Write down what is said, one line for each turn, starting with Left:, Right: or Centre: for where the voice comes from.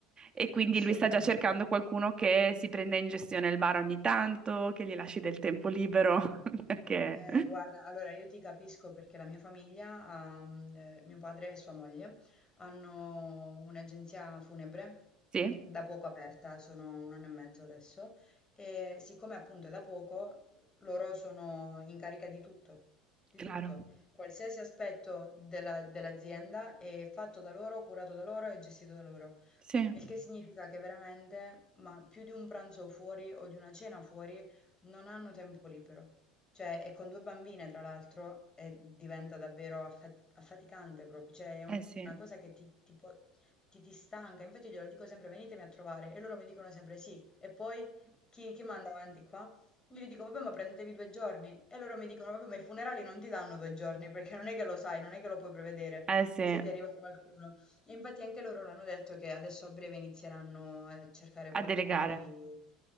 Right: E quindi
Left: assolutamente.
Right: lui sta già cercando qualcuno che si prenda in gestione il bar ogni tanto, che gli lasci del tempo libero, <laughs> perché
Left: Eh, guarda, allora io ti capisco perché la mia famiglia, ha, mm, eh, mio padre e sua moglie, hanno un'agenzia funebre
Right: sì,
Left: da poco aperta, sono un anno e mezzo adesso, e siccome appunto è da poco, loro sono in carica di tutto, di
Right: claro.
Left: tutto. Qualsiasi aspetto della- dell'azienda è fatto da loro, curato da loro e gestito da loro.
Right: Sì,
Left: Il che significa che veramente, ma più di un pranzo fuori o di una cena fuori, non hanno tempo libero. Cioè, e con 2 bambine tra l'altro, e diventa davvero affa affaticante proprio, cioè è un
Right: eh sì.
Left: una cosa che ti ti può ti ti stanca, infatti io glielo dico sempre: "Venitemi a trovare" e loro mi dicono sempre: "Sì" e poi chi chi manda avanti qua? Io gli dico: "Vabbè, ma prendetevi 2 giorni" e loro mi dicono: "Vabbè, ma i funerali non ti danno 2 giorni, perché non è che lo sai, non è che lo puoi prevedere
Right: Eh sì,
Left: se
Right: a
Left: ti arriva qualcuno". E infatti anche loro l'hanno detto che adesso a breve inizieranno a cercare qualcuno
Right: delegare.
Left: di...